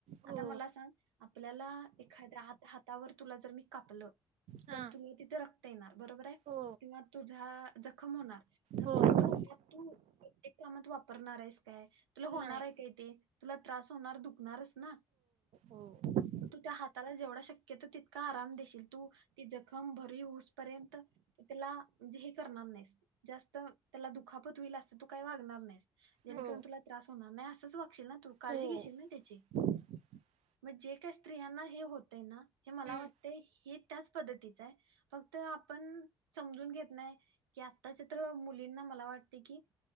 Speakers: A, on the right; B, on the right.
A: हो
B: आता मला सांग आपल्याला एखाद्या आत हातावर तुला जर मी कापलं.
A: हा
B: तर तुला तिथे रक्ता येणार बरोबर आहे
A: हो
B: किंवा तुझा जखम होणार मग
A: हो
B: तू तो तू ते कामात वापरणार आहेस काय? तुला होणार
A: नाही
B: आहे काय ते तुला त्रास होणार दुखणारच ना.
A: हा
B: तू त्या हाताला जेवढा शक्य तो तितका आराम देशील तू ती जखम भरी होऊस पर्यंत त्याला म्हणजे हे करणार नाहीस जास्त त्याला दुखापतल होईल अस तो काही वागणार नाहीस. त्याणेकरून
A: हो
B: तुला त्रास होणार नाही असंच वागशील ना तू काळजी
A: हो
B: घेशील ना त्याची.
A: <inaudible>
B: म जे काही स्त्रियांना हे होतय ना! हे मला
A: हम्म
B: वाटते हे त्याच पद्धतीचं आहे फक्त आपण समजून घेत नाही की आताच्या तर मुलींना मला वाटते की